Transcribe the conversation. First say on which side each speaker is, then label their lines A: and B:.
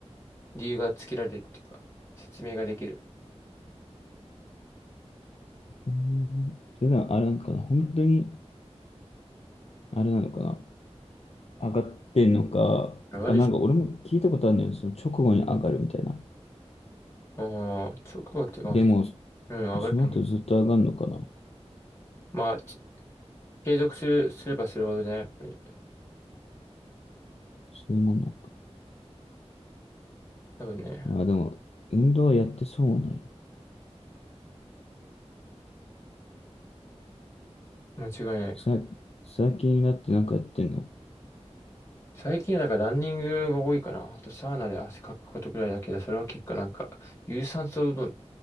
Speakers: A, on the left; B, on the left.
A: 理由がつけられるっていうか、説明ができる。
B: うんそれならあれなのかな本当に、あれなのかな上がってんのか、
A: 上がるし、
B: あ、なんか俺も聞いたことあるんだよ。その直後に上がるみたいな。
A: ああ、直後っていうか、
B: でも、
A: うん、上がると思う。
B: その後ずっと上がるのかな。
A: まあ、ち継続する、すればするほどね、やっぱり。
B: そういうもんなのか。
A: 多分ね、
B: まあでも、運動はやってそうはないよ。
A: 間違いないよ。
B: さ、最近になってなんかやってんの
A: 最近はだからランニングが多いかな。あとサウナで汗かくことくらいだけど、それは結構なんか、有酸素運